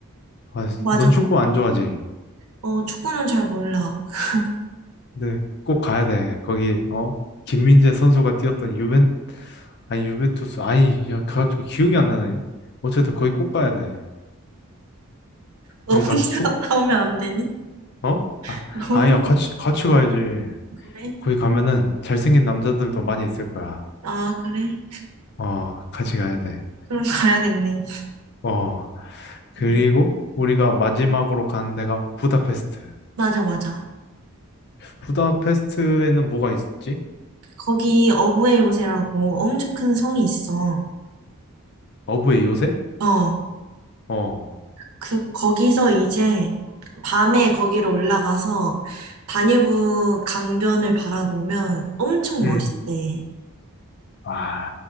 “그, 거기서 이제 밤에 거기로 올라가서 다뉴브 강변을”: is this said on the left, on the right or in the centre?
Right